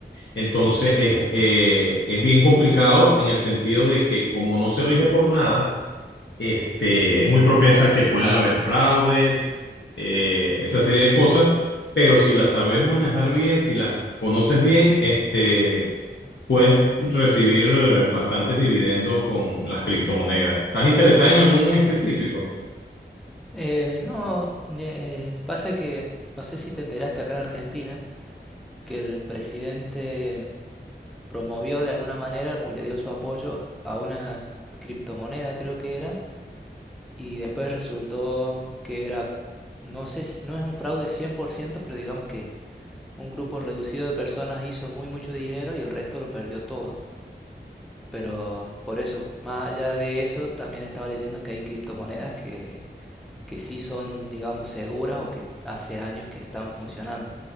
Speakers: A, on the left; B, in the centre.
A: Entonces es, eh, es bien complicado en el sentido de que como no se rige por nada, este, es muy propensa a que puedan haber fraudes, eh, esa serie de cosas, pero si las sabes manejar bien, si las conoces bien, este, puedes recibir eh, bastantes dividendos con las criptomonedas. ¿Estás interesada en alguna en específico?
B: Eh, no, eh, pasa que no sé si te enteraste acá en Argentina que el presidente promovió de alguna manera o le dio su apoyo a una criptomoneda, creo que era, y después resultó que era, no sé si, no es un fraude cien por ciento pero digamos que un grupo reducido de personas hizo muy mucho dinero y el resto lo perdió todo. Pero por eso, más allá de eso, también estaba leyendo que hay criptomonedas que, que sí son, digamos, seguras o que hace años que están funcionando.